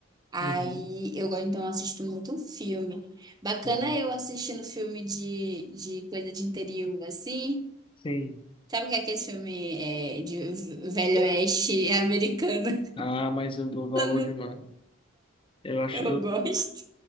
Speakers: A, on the right; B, on the left.
A: Aí
B: Uhum,
A: eu gosto, então, eu assisto muito filme. Bacana
B: uhum.
A: eu assistindo filme de, de coisa de interior, assim.
B: Sim.
A: Sabe o que é aquele filme é, de velho oeste americano?
B: Ah, mas eu dou valor
A: <laughs>
B: demais. Eu acho,
A: Eu
B: eu,
A: gosto.